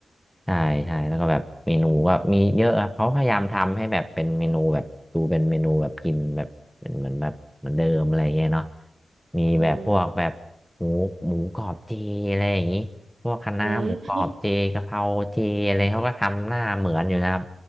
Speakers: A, in the centre; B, on the right.
A: ใช่ใช่แล้วก็แบบเมนูก็มีเยอะครับเขาพยายามทำให้แบบเป็นเมนูแบบดูเป็นเมนูแบบกินแบบเป็นเหมือนแบบเหมือนเดิมอะไรเงี้ยเนาะ
B: ๆอืม
A: มีแบบพวกแบบหมูหมูกรอบเจอะไรอย่างงี้พวกคะน้าหมูกรอบเจกะเพราเจอะไรเขาก็ทำหน้าเหมือนอยู่นะครับ
B: อืม